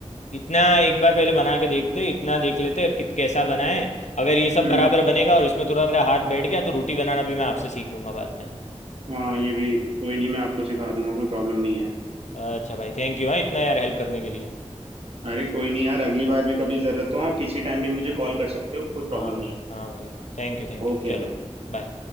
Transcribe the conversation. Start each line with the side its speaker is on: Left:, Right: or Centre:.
Left: इतना एक बार पहले बना के देखते इतना देख लेते कित कैसा बना है अगर ये सब
Right: हम्म
Left: बराबर बनेगा और इसमें थोड़ा मेरा हाथ बैठ गया तो रोटी बनाना भी मैं आपसे सीख लूंगा बाद में
Right: हाँ ये भी कोई नहीं मैं आपको सिखा दूंगा कोई प्रॉब्लम नहीं है
Left: अच्छा भाई थैंक यू हाँ इतना यार हेल्प करने के लिए
Right: अरे कोई नहीं यार अगली बार भी कभी जरूरत हो आप किसी टाइम भी मुझे कॉल कर सकते हो कोई प्रॉब्लम
Left: हाँ
Right: नहीं
Left: भाई
Right: है
Left: हाँ भाई थैंक यू थैंक
Right: ओके
Left: यू चलो
Right: भाई
Left: बाय